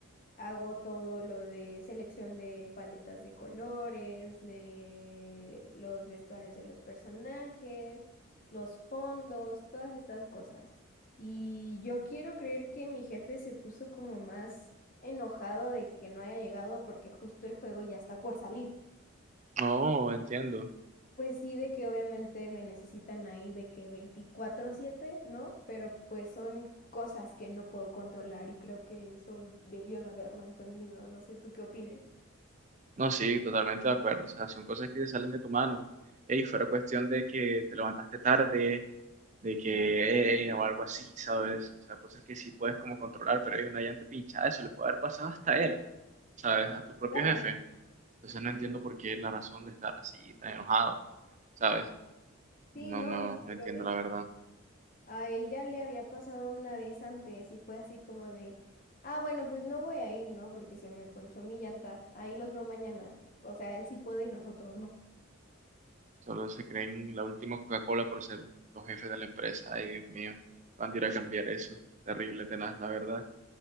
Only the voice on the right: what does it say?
No, entiendo.
No, sí, totalmente de acuerdo. O sea, son cosas que te salen de tu mano. Ey, fuera cuestión de que te levantaste tarde, de que, eh, o algo así, ¿sabes? O sea, cosas que sí puedes como controlar, pero hay una llanta pinchada, eso le puede haber pasado hasta a él, ¿sabes? A tu propio
jefe. Entonces no entiendo por qué la razón de estar así tan enojado, ¿sabes?
No,
no,
no
entiendo
la verdad.
Solo se creen la última Coca-Cola por ser los jefes de la empresa. Ay, Dios mío, van a ir a cambiar eso. Terrible, tenaz, la verdad.